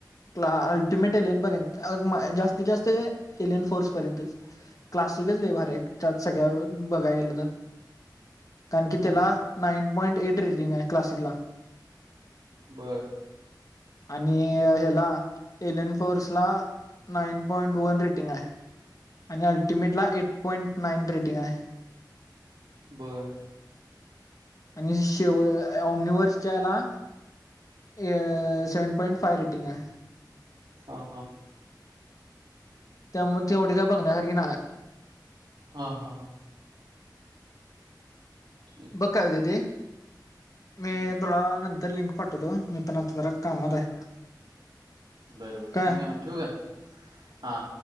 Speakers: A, on the left (about 50°); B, on the right (about 85°).
A: का अं ते मेटलन बरेन अं मा जास्तीत जास्त एलियन फोर्स पर्यंतचं. क्लासिकल लय भारी आहे त्यात सगळ्या बघाय गेलं तर. कारण
B: हां
A: की त्याला
B: हां
A: नाईन पॉइंट ऐट रेटिंग आहे क्लासिकला.
B: बरं.
A: आणि ह्याला एलेन फोर्स ला नाईन पॉइंट वन रेटिंग आहे आणि अल्टिमेटला ऐट पॉइंट नाईन रेटिंग आहे.
B: बरं.
A: आणि शेव ओमिवर्सच्या याला अं सेव्हन पॉईंट फाइव्ह रेटिंग आहे.
B: हा- हा.
A: त्यामुळे तेवढी काय बघण्या सारखी नाय.
B: हा-हा-हा. ठीक आहे.
A: बघ काय होतंय ते? मी
B: हम्म,
A: तुला नंतर लिंक पाठवतो, मी पण आता जरा कामात आहे.
B: बर-बर
A: काय
B: ठीक आहे, मग ठेऊ का? हा.